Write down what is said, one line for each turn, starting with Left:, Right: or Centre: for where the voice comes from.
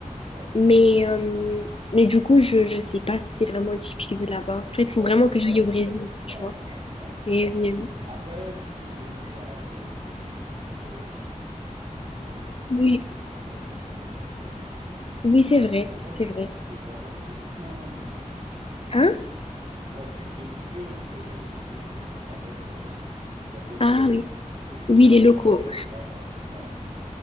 Right: Ouais.
Left: Mais, euh, mais du coup, je, je sais pas si c'est vraiment typique de là-bas. En fait,
Right: Bon,
Left: il faut vraiment que j'aille
Right: ouais,
Left: au Brésil, tu
Right: ouais,
Left: vois.
Right: ouais, ouais, je
Left: Et
Right: vois.
Left: oui, euh,
Right: Après, tu peux demander à un Brésilien que tu pour euh, à un Brésilien
Left: oui,
Right: que
Left: oui,
Right: tu rencontres à ce restaurant, tu peux lui demander, écoute,
Left: oui, c'est vrai,
Right: c'est vraiment
Left: c'est
Right: de la
Left: vrai.
Right: feijoada ce truc ou
Left: Hein?
Right: ouais, tu, dem- tu peux essayer de confirmer avec euh, des Brésiliens
Left: Ah oui,
Right: que tu
Left: oui,
Right: pourrais
Left: les
Right: rencontrer.
Left: locaux.
Right: ouais là donc, voilà.